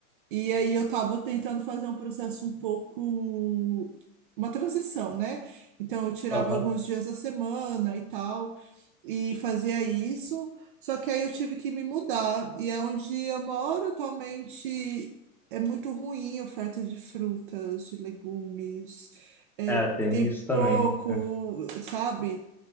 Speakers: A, on the right (about 40°); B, in the centre.
A: E aí eu estava tentando fazer um processo um pouco uma transição, né? Então eu tirava
B: Aham.
A: alguns dias da semana e tal e fazia isso, só que aí eu tive que me mudar. E é onde eu moro atualmente é muito ruim a oferta de frutas, de legumes, é,
B: É, tem
A: tem
B: isso também,
A: pouco,
B: né? É.
A: sabe?